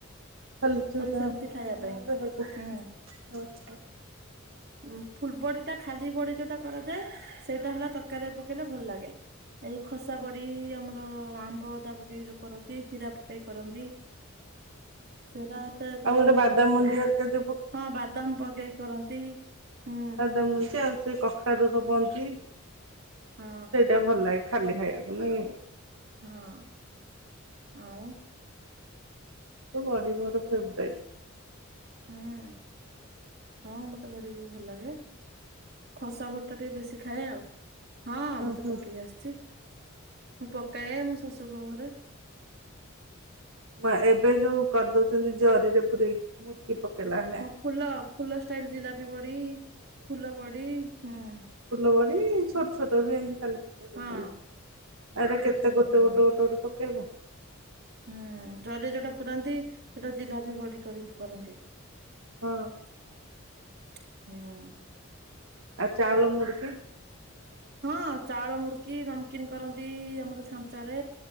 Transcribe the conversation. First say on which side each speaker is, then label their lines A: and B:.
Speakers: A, on the right; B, on the right.
A: <unintelligible>
B: ମାନେ ସେମିତି ଖାଇବା ପାଇଁ ହୁଁ। ଉଁ ଫୁଲବଡି ଟା ଖାଲି ବଡି ଯୋଉଟା କରାଯାଏ ସେଇଟା ହେଲା ତରକାରୀରେ ପକେଇଲେ ଭଲ ଲାଗେ। ଏଇ ଖସା ବଡ଼ି ଆମର ଆମ୍ବ ଅଦା ପକେଇ ଯୋଉ କରନ୍ତି, ଜିରା ପକେଇ କରନ୍ତି। ସେରାତ ତରକାରୀ
A: ଆଉ ଗୋଟେ
B: ପକାରୀ
A: ବାଦାମ
B: ଏତେ
A: ମଞ୍ଜି
B: ପଡେ।
A: ହେରିକା ଯୋଉ
B: ହଁ ବାଦାମ ପକେଇ କରନ୍ତି। ହୁଁ
A: ବାଦାମ ମଞ୍ଜି ଆଉ ସେ କଖାରୁ ର ମଞ୍ଜି
B: ହଁ
A: ସେଇଟା ଭଲ ଲାଗେ ଖାଲି ଖାଇବାକୁ ନୁଅକି।
B: ହଁ ଆଉ
A: ବଡି ମୋର ଫେବ୍ରାଇଟ୍।
B: ହୁଁ। ହଁ ମତେ ବଢି ବି ଭଲ ଲାଗେ। ଖସା ବଡି ଟିକେ ବେଶୀ ଖାଏ ଆଉ ହଁ
A: ହୁଁ
B: ମତେ
A: ହୁଁ।
B: ପକେଇ‌ ଆସିଛି। ମୁଁ ପକାଏ ମୋ ଶାଶୁ କ ଘରେ।
A: ମା ଏବେ ଯୋଉ କରିଦଉଛନ୍ତି ଜରିରେ ପୁରରେଇକି ମୁଡିକି ପକେଇଲା ଭଳିଆ।
B: ହଁ ଫୁଲ ଫୁଲ ଷ୍ଟାଇଲ ଜିଲାପି ବଡି ଫୁଲ ବଡି ହୁଁ।
A: ଫୁଲ ବଡି ଛୋଟ ଛୋଟ ରୁ ଏନ୍ତି ଖାଲି
B: ହଁ
A: ଆରେ
B: ଖାଲି
A: କେତେ
B: ସେମିତି
A: ଗୋଟେ
B: ପକାଏ
A: ଗୋଟେ ଗୋଟେ ଗୋଟେ ପକେଇବ।
B: ହୁଁ ଜରି ରେ ଯୋଉଟା ପୁରନ୍ତି ସେଟା ଜିଲାପି ବଢି କରି କରନ୍ତି।
A: ହଁ
B: ହୁଁ
A: ଆଉ ଚାଉଳ ମୁଡ଼ିକ୍।
B: ହଁ ଚାଉଳ ମୁଡିକି, ନମକିନ କରନ୍ତି ଆମର ଛାଞ୍ଚ ରେ।